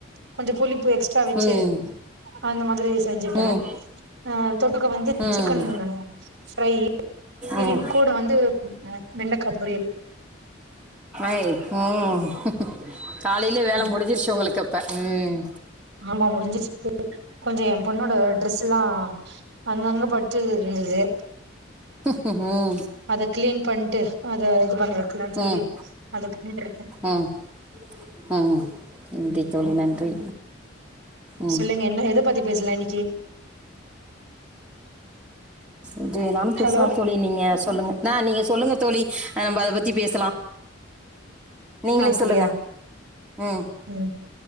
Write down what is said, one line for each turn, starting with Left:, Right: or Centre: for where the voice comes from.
Right: கொஞ்சோ புளிப்பு எக்ஸ்ட்ரா வச்சு
Centre: ம்
Right: அந்த மாதிரி செஞ்சுட்டே
Centre: ம்
Right: ஆ தொட்டுக்க வந்து
Centre: ம்
Right: சிக்கன் ஃப்ரை ஃப்ரை
Centre: ம்
Right: கூட வந்து வெண்டக்கா பொரியல்
Centre: ஐ, ம் காலையிலயே வேலை
Right: ம்
Centre: முடிஞ்சிருச்சு உங்களுக்கு அப்ப, ம்
Right: ஆமா முடிஞ்சிச்சு கொஞ்சோ எ பொண்ணோட ட்ரெஸ் எல்லா அங்கங்க பட்டு இருந்துது
Centre: ம்
Right: அத கிளீன் பண்ணிட்டு அத இது பண்ணி வைக்கலானு சொல்லி
Centre: ம்
Right: அத பண்ணிட்டு இருக்கே
Centre: ம் ம் நன்றி தோழி நன்றி ம்
Right: சொல்லுங்க என்ன எத பத்தி பேசலா இன்னைக்கி
Centre: எது வேணாலு பேசலாம்
Right: ஹலோ
Centre: தோழி நீங்க சொல்லுங்க ஆ நீங்க சொல்லுங்க தோழி நம்ம அத பத்தி பேசலா நீங்களே
Right: அப்டியா
Centre: சொல்லுங்க ம்
Right: ம்